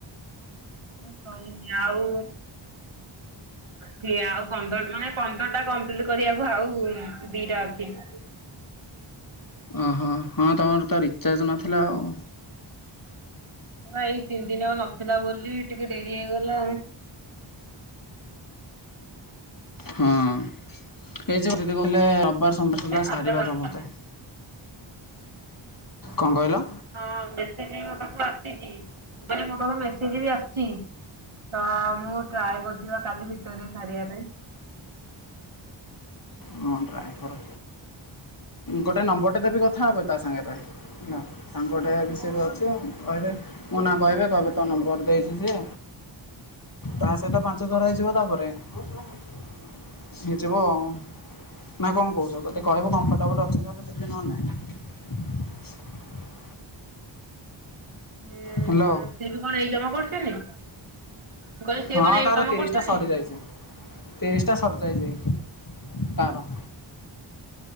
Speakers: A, on the right (about 80°); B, on the left (about 40°).
A: ମୋର ସରିନି ଆଉ ସେ ଆଉ ପନ୍ଦର ମାନେ ପନ୍ଦର ଟା କମ୍ପ୍ଲିଟ କରିବାକୁ ଆଉ ଦିଟା ଅଛି। <inaudible>
B: ଓହୋ, ହଁ ତମର ତ ରିଚାର୍ଜ ନଥିଲା ଆଉ।
A: ଏଇ ତିନି ଦିନ ହବ ନଥିଲା ବୋଲି ଟିକେ ଡେରି ହେଇଗଲା ଆ।
B: ହଁ ଏଇ ଯିବ ଦିଦି କୋହୁଥିଲେ ରବିବାର ସୋମବାର ସୁଦ୍ଧା
A: ଏ ସାଧା
B: ସାରିବ
A: ଦରକାର
B: ସମସ୍ତେ। କଣ କହିଲ?
A: ହଁ ମେସେଜ ବି ମୋ ପାଖକୁ ଆସିଛି ମୁଁ କହିଲି ମୋ ପାଖ ମେସେଜ ବି ଆସିଛି। ତ ମୁଁ ଟ୍ରାଏ କରିୁଛି ପା, କାଲି ଭିତରେ ସାରିବା ପାଇଁ। <inaudible>
B: ହଁ ଟ୍ରାଏ କର ଗୋଟେ ନମ୍ବର ଟେ ଦେବି କଥା ହବ ତା ସାଙ୍ଗେରେ ନା ସା ବଢିଆ ବିଷୟ ବି ଅଛି କହିବେ ମୋ ନା କହିବେ କହିବେ ତୋ ନମ୍ବର ଦେଇଛି ସିଏ। ତା ସହିତ ପାଞ୍ଚ ଥର ହେଇଯିବ, ତାପରେ ସିଏ ହେଇଯିବ ଆଉ। ନା କଣ କହୁଛ? ଯଦି କହିବ କମ୍ଫର୍ଟେବୁଲ ଅଛ ତାହେଲେ ଯିବି ନହେଲେ ନାହିଁ। <unintelligible>
A: ସେ
B: ହ୍ୟାଲୋ
A: ସି ବି କଣ ଏଇ କାମ କରୁଛନ୍ତି? ମୁଁ କହିଲି ସିଏ
B: ହଁ
A: କଣ ଏଇ
B: ତାର
A: କାମ
B: ତିରିଶ
A: କରୁଛନ୍ତି?
B: ଟା ସରିଯାଇଛି ତିରିଶ ଟା ସରିଯାଇଛି। ତାର